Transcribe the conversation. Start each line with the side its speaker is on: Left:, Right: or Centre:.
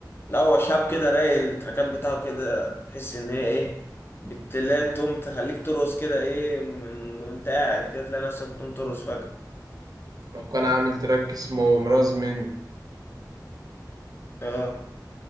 Left: لا هو شهاب كده رايق التراكات بتاعه كده تحس ان هي ايه بتلاقي تقوم تخليك ترقص كده ايه من- وانت قاعد كده تلاقي نفسك بتقوم ترقص فجأة
Right: وكان عامل تراك اسمه مرازمن
Left: اه